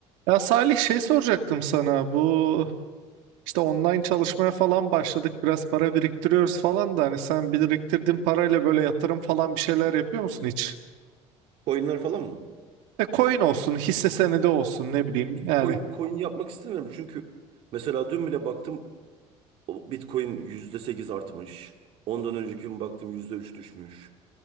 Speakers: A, on the right (about 85°); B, on the right (about 50°).
A: Ya Salih şey soracaktım sana bu işte online çalışmaya falan başladık biraz para biriktiriyoruz falan da hani sen biriktirdiğin parayla böyle yatırım falan bir şeyler yapıyor musun hiç?
B: Coinler falan mı?
A: E coin olsun hisse senedi olsun ne bileyim yani.
B: Coin, coin yapmak istemiyorum çünkü mesela dün bile baktım o Bitcoin %8 artmış. Ondan önceki gün baktım %3 düşmüş.